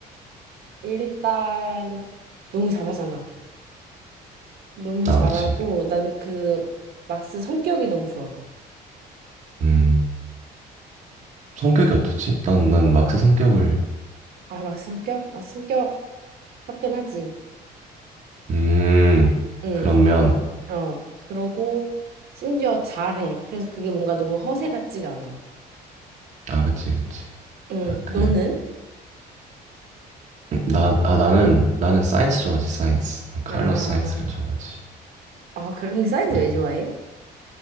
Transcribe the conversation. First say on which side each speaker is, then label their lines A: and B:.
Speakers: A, on the right (about 70°); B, on the right (about 45°).
A: 일단, 너무 잘하잖아. 너무
B: 아,
A: 잘하고
B: 그치.
A: 난 그 막스 성격이 너무 좋아.
B: 음, 성격이 어떻지? 난, 난 막스 성격을
A: 아, 막 성격? 막 성격 화끈하지.
B: 음,
A: 응.
B: 그런 면.
A: 어. 그러고 심지어 잘해. 그래서 그게 뭔가 너무 허세 같지가 않아.
B: 아, 그치, 그치.
A: 응.
B: 딱 그,
A: 너는?
B: 나, 아, 나는, 나는 사이언스 좋아하지, 사이언스. 난 칼럼
A: 아.
B: 사이언스를 좋아하지.
A: 아, 그런데 사이즈
B: 난
A: 왜 좋아해?